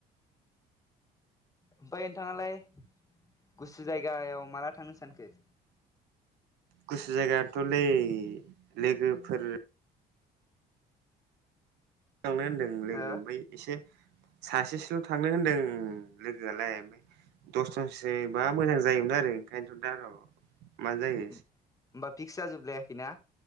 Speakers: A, on the left; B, on the right.
A: ओमफाय नोंथाङालाय गुसु जायगायाव माला थांनो सानखो?
B: गुसु जायगायानथ'लै लोगोफोर थांनो होन्दों लोगो
A: हो
B: ओमफाय एसे सासेसोल' थांनो होनदों लोगोआलाय ओमफाय दसजनसोबा मोजां जायोमोन आरो ओंखायनोथ' दा र'। मा जायो
A: होमबा फिक्स जाजोब लायाखैना?